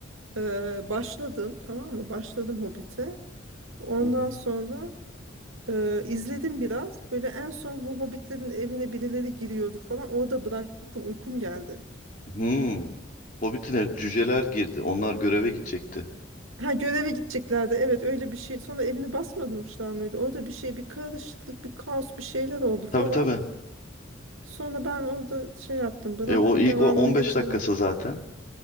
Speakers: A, on the right; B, on the left.
A: Ee, başladım tamam mı? Başladım Hobbit'e. Ondan
B: Hı hı.
A: sonra e, izledim biraz. Böyle en son bu Hobbitlerin evine birileri giriyordu falan. Orada bıraktım. Uykum geldi.
B: Hmm. Hobbit'ine cüceler girdi. Onlar göreve gidecekti.
A: Ha göreve gideceklerdi. Evet öyle bir şey. Sonra evini basmadımışlar mıydı? Orada bir şey bir karışıklık bir kaos bir şeyler oldu falan.
B: Tabii tabii.
A: Sonra ben orada şey yaptım bıraktım
B: E, o ilk
A: devamını
B: o 15
A: getiremedim.
B: dakikası zaten.